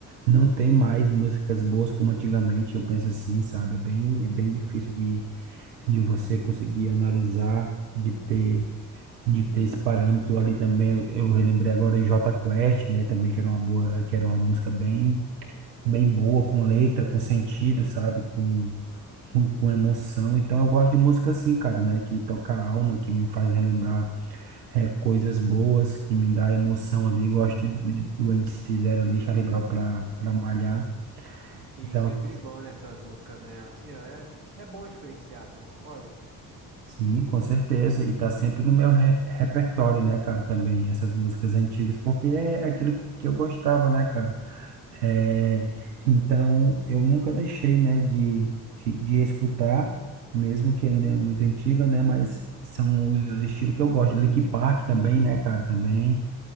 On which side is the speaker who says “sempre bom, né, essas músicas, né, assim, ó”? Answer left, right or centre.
Right